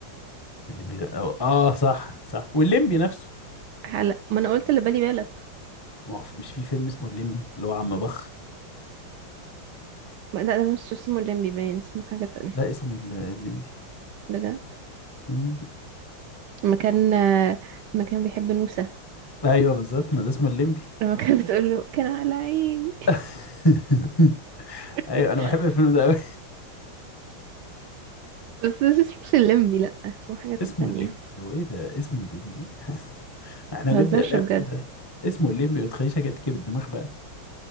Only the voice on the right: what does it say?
هلا ما انا قلت اللي بالي بالك
ما- لا ده مش اسمه الليمبي باين اسمه حاجة تانية
بجد
لما كان لما كان بيحب نوسة
لما كانت بتقول له كان على عيني
<laughs>
بس ده مش مش الليمبي لا اسمه حاجة
تانية
متهزرش
بجد